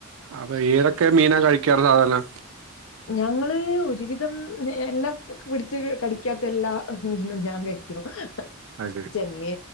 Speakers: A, on the right; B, on the left.
A: അപ്പൊ ഏതൊക്കെ മീനാ കഴിക്കാറ് സാധാരണ?
B: ഞങ്ങള് ഒര് വിധം എല്ലം പിടിച്ച് കടിക്കാത്ത എല്ലാ മീനും ഞാൻ കായി <unintelligible>
A: അത് ശരി.
B: ചെമ്മീ